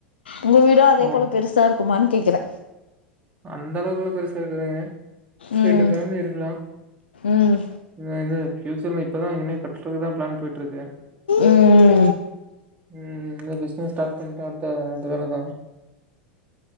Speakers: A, on the left (about 75°); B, on the right (about 20°).
A: உங்க வீடோ அதே
B: ஓகே.
A: போல பெருசா இருக்குமான்னு கேக்கித
B: அந்த அளவுக்குலா பெருசா இருக்காதுங்க
A: ம்
B: ரெண்டு ஃபேமிலி இருக்கலா
A: ம்
B: <unintelligible> ஃபியூச்சர்ல இப்பதான் இனிமே கட்டுறக்குதான் பிளான் போயட்ருக்கு
A: ம்
B: ம் இந்த பிசினஸ் ஸ்டார்ட் பண்ணிட்ட அடுத்த அந்த வேலதா.